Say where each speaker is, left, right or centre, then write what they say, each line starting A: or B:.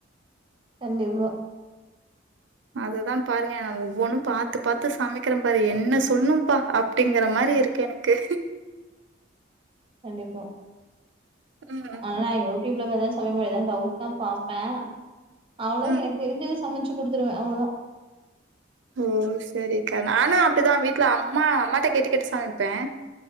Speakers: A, on the right (about 30°); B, on the right (about 85°).
A: கண்டிப்பா
B: அதுதான் பாருங்க ந ஒவ்வொன்னும் பாாரத்து பாாரத்து சமைக்கிறேன் பாரு என்ன சொல்லும்ப்பா அப்படிங்கிற மாதிரி இருக்கன் எனக்கு
A: கண்டிப்பா
B: ம் ம்
A: ஆனா நான் யூடியூப்ல வதான் சமைக்க முடியதான் டவுட் தான் பாார்பேன் அவ்வளோதான்
B: ம்
A: எனக்கு தெரிஞ்சது சமைச்சு குடுத்துருவேன் அவ்வளவுதான்
B: ஓ சரிக்கா நானும் அப்படிதான் வீட்டுல அம்மா அம்மாட்ட கேட்டு கேட்டு சமைப்பேன்